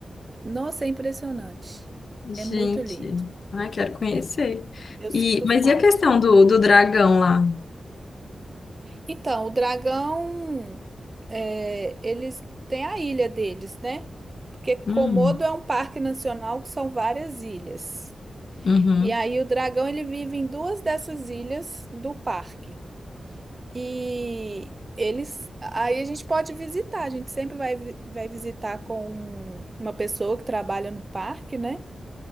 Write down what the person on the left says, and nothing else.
Gente,
ai, quero conhecer.
E, mas
e a questão do, do dragão lá?
Hum,
uhum.